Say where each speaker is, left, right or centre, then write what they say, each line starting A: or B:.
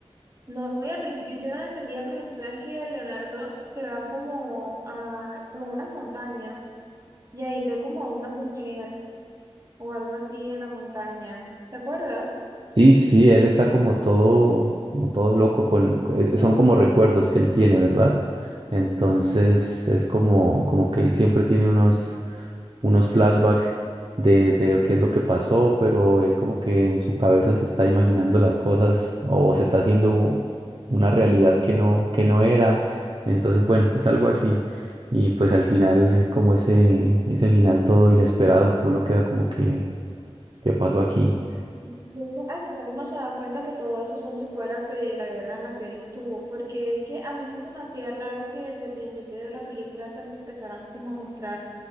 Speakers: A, on the right; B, on the right.
A: No, y al principio yo no la entendía porque tú sabes que Leonardo se va como a, como a unas montañas y ahí ve como a una mujer o algo así en la montaña. ¿Te acuerdas?
B: Sí, sí, él está como todo, como todo loco con, eh, son como recuerdos que él tiene, ¿verdad? Entonces es como, como que él siempre tiene unos, unos flashbacks de, de qué es lo que pasó, pero él como que en su cabeza se está imaginando las cosas o se está haciendo una realidad que no, que no era. Entonces, bueno, es algo así. Y pues al final es como ese, ese final todo inesperado que uno queda como que, ¿qué pasó aquí?
A: Y es que al final no se da cuenta que todo eso son secuelas de la guerra en la que él estuvo, porque es que a mí sí se me hacía raro que desde el principio de la película te empezaran como a mostrar